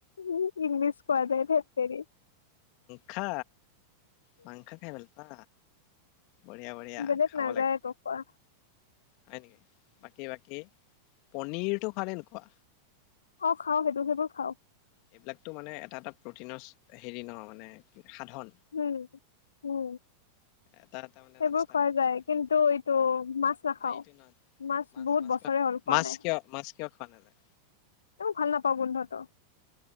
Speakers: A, on the left; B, on the left.
A: উ। ইংলিছ কোৱাদাইত হেতে।
B: খা মাংখ‌ খাই ভাল পা। বঢ়িয়া বঢ়িয়া
A: বেলেগ
B: খাব
A: নাযায়
B: লাগে
A: ক কোৱা।
B: হয় নেকি বাকী বাকী পনিৰতটো খোৱা নে‌ নুখোৱা?
A: অ খাও সেইবোৰ সেইবোৰ খাও।
B: এইবিলাকতো মানে এটা এটা প্ৰটিনৰ হেৰি ন মানে। সাধন
A: উম উ
B: এটা এটা মানে
A: সেইবোৰ
B: ৰাস্তা
A: খোৱা
B: প্ৰটিন
A: যায় কিন্তু এইটো মাছ নাখাও
B: এইটো নহয়
A: মাছ বহুত বছৰে
B: কিয়
A: হ'ল খোৱা
B: মাছ
A: নাই।
B: কিয় মাছ কিয় খোৱা নায়ায।
A: এ ভাল নাপাও গোন্ধ টো।